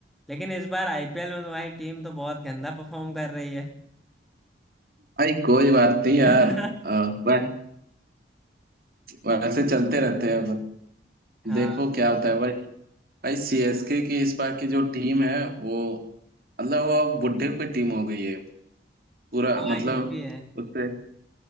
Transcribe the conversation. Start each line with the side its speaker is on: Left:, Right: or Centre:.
Centre: लेकिन इस बार आईपीएल में तुम्हारी टीम तो बहुत गंदा परफॉर्म कर रही है
Right: भाई कोई बात नहीं यार
Centre: <laughs>
Right: अ, वै- वैसे चलते रहते हैं बस
Centre: हाँ
Right: देखो क्या होता है भाई भाई सीएसके की इस बार की जो टीम है वो मतलब वो अब बुढ़े की टीम हो गई है पूरा
Centre: हाँ
Right: मतलब
Centre: ये भी है
Right: उससे